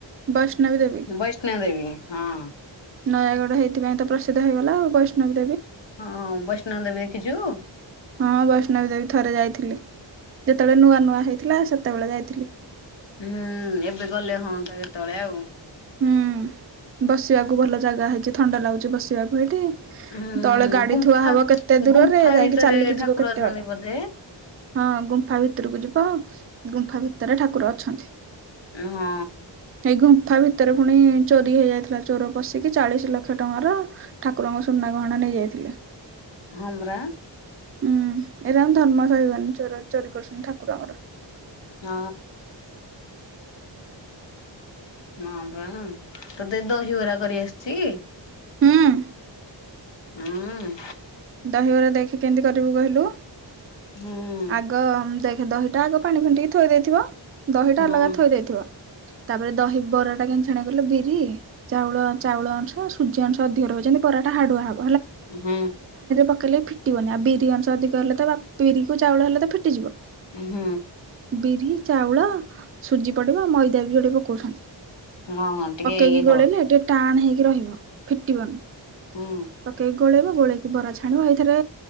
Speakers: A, on the right; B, on the left.
A: ବୈଷ୍ଣବୀ ଦେବୀ
B: ବୈଷ୍ଣ ଦେବୀ ହଁ।
A: ନୟାଗଡ଼ ହେଇଥି ପାଇଁ ତ ପ୍ରସିଦ୍ଧ ହେଇଗଲା ଆଉ ବୈଷ୍ଣବୀ ପା
B: ହଁ ବୈଷ୍ଣ ଦେବି ଦେଖିଛୁ?
A: ହଁ ବୈଷ୍ଣବ ଦେବୀ ଥରେ ଯାଇଥିଲି ଯେତେବେଳେ ନୂଆ ନୂଆ ହେଇଥିଲା ସେତେବେଳେ ଯାଇଥିଲି।
B: ହୁଁ ଏବେ ଗଲେ ହୁଅନ୍ତା କେତେବେଳେ ଆଉ
A: ହୁଁ ବସିବାକୁ ଭଲ ଜାଗା ହେଇଛି ଥଣ୍ଡା ଲାଗୁଛି ବସିବାକୁ ଏଇଠି
B: ହୁଁ
A: ତଳେ ଗାଡି
B: ଗୁମ୍ଫା
A: ଥୁଆ ହବ କେତେ ଦୂରରେ
B: ଗୁମ୍ଫା
A: ଯାଇକି
B: ଭିତରେ
A: ଚାଲିକି
B: ଠାକୁର
A: ଯିବ କେତେ
B: ଅଛନ୍ତି
A: ବାଟ
B: ବୋଧେ
A: ହଁ ଗୁମ୍ଫା ଭିତରକୁ ଯିବ ଗୁମ୍ଫା ଭିତରେ ଠାକୁର ଅଛନ୍ତି।
B: ହଁ।
A: ଏଇ ଗୁମ୍ଫା ଭିତରେ ପୁଣି ଚୋରି ହେଇଯାଇଥିଲା ଚୋର ପଶିକି ଚାଳିଶ ଲକ୍ଷ ଟଙ୍କାର ଠାକୁରଙ୍କ ସୁନା ଗହଣା ନେଇଯାଇଥିଲା। <inaudible>
B: ହ ପରା
A: ହୁଁ ଏଇରାଙ୍କୁ ଧର୍ମ ସହିବନ ଚୋରି କରୁଛନ୍ତି ଠାକୁରଙ୍କର
B: ହଁ। ହଁ ବା ତତେ ଦହିିବରା କରି ଆସିଛି?
A: ହଁ।
B: ହୁଁ।
A: ଦହିବରା ଦେଖି କେମିତି କରିବୁ କହିଲୁ
B: ହୁଁ
A: ଆଗ ଦେ ଦହିଟା ଆଗ ପାଣି ଫେଣ୍ଟିକି ଥୋଇ ଦେଇଥିବ ଦହିଟା
B: ହୁଁ
A: ଅଲଗା ଥୋଇ ଦେଇଥିବ। ତାପରେ ଦହି ବରାଟା କେମତି ଛନିବ କହୀଲ ବିରି ଚାଉଳ ଚାଉଳ ଅଂଶ ସୂଜି ଅଂଶ ଅଧିକ ରହ ଯେମିତି ବରାଟା ହାଡୁଆ ହେବ
B: ହୁଁ।
A: ପକେଇଲେ ଫିଟିବନି ଆ ବିରି ଅଂଶ ଅଧିକ ହେଲେ ତ ବିରିକୁ ଚାଉଳ ହେଲେ ତ ଫିଟିଯିବ।
B: ହୁଁ।
A: ବିରି ଚାଉଳ ସୁଜି ପଡିବା ମଇଦା ବି ଯୋଉଟା ପକଉଛନ୍ତି।
B: ହଁ ଟିକେ
A: ପକେଇକି
B: ଇଏ
A: ଗୋଳେଇଲେ
B: ହବ
A: ଟିକେ ଟାଣ ହେଇକି କି ରହିବ ଫିଟିବନି
B: ହୁଁ
A: ପକେଇକି ଗୋଳେଇବ ଗୋଳେଇକ ବରା ଛାଣିବ ଏଇଥରେ